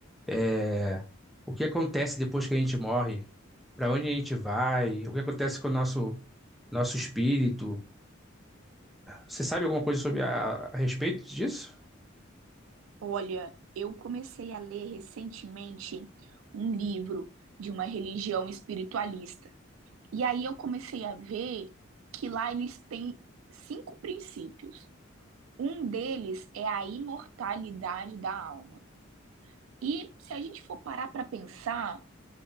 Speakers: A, in the centre; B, on the right.
A: É, O que acontece depois que a gente morre? Para onde a gente vai? O que acontece com o nosso, nosso espírito? Você sabe alguma coisa sobre a, a respeito disso?
B: Olha, eu comecei a ler recentemente um livro de uma religião espiritualista. E aí eu comecei a ver que lá eles têm cinco princípios. Um deles é a imortalidade da alma. E se a gente for parar para pensar,